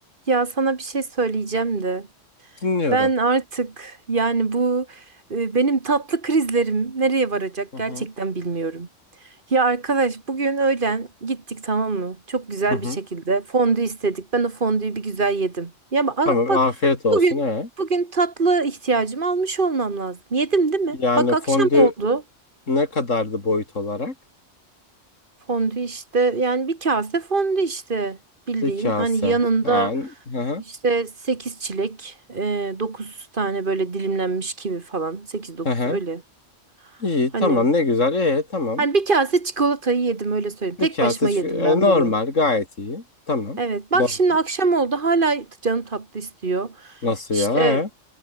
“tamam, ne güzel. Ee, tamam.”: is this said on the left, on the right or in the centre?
Left